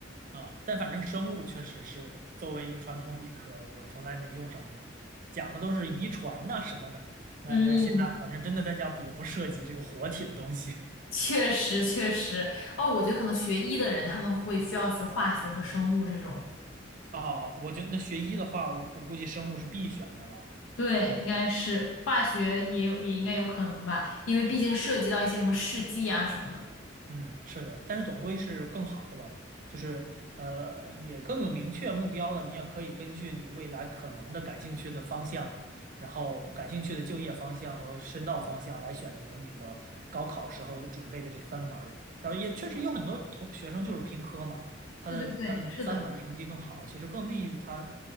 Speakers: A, on the right (about 40°); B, on the left (about 85°).
A: 啊，但反正生物确实是作为一个传统理科，我从来没用上过，讲的都是遗传呐、什么的，那那现在好像真的大家不也不涉及这个活体的东西。
B: 嗯，
A: <laughs>
B: 确实确实，哦，我觉得可能学医的人他们会需要学化学和生物这种，
A: 啊，我觉得那学医的话，我我估计生物是必选的吧。
B: 对，应该是化学也有也应该有可能吧，因为毕竟涉及到一些什么试剂啊什么的。
A: 嗯，是的，但是总归是更好了，就是呃，也更有明确目标了。你也可以根据你未来可能的感兴趣的方向，然后感兴趣的就业方向和深造方向来选择你的高考时候准备的这三门儿然后也确实有很多同学生就是拼科嘛，
B: 是的，
A: 他的他的某三门儿成绩更好，
B: 对对对，是的。
A: 其实更利于他